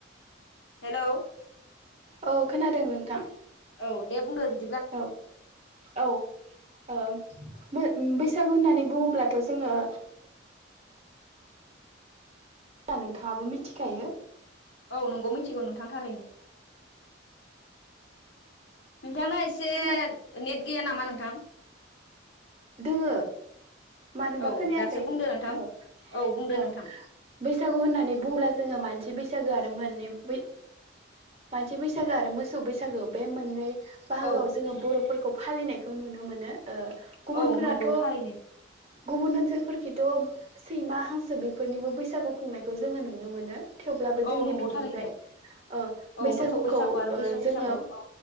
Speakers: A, on the left; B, on the right.
A: हेलौ
B: औ खोनादों नोंथां।
A: औ दे बुंदो बिदि
B: औ औ ओम मोन बेस बैसागु होननानै बुङोब्लाथ' जोङो जा नोंथाङाबो मिथिखायो,
A: औ नंगौ मिथिगौ नोंथां थारैनो, नोंथांना एसे
B: खालार
A: नेट गैया नामा नोंथां?
B: दोंङो मानोबा
A: औ
B: खोनायाखै,
A: दासो बुंदो नोंथां
B: औ
A: बुंदो
B: औ
A: नोंथां
B: बैसागु होननानै बुङोला जोंङो मानसि बै बैसागो आरो मोननै बै मानसि बैसागो आरो मोसौ बैसागो बे मोननै बाहागोआव
A: औ
B: जोंङो बर'फोरखौ फालिनायखौ नुनो मोनो ओ गुबुनफोराथ'
A: औ नंगौ थारैनो
B: गुबुन ओनसोलफोरखिथ' सैमा हांसो बेफोरनिबो बैसागु खुंनायखौ जोंङो नुनो मोनो, थेवब्लाबो
A: औ
B: जोंनि
A: नंगौ
B: बिथिंजाय,
A: थारैनो
B: ओ
A: औ
B: बैसागुखौ
A: मोसौ बैसागु आरो
B: ओ
A: बैसो बैसागु
B: जोंङो
A: औ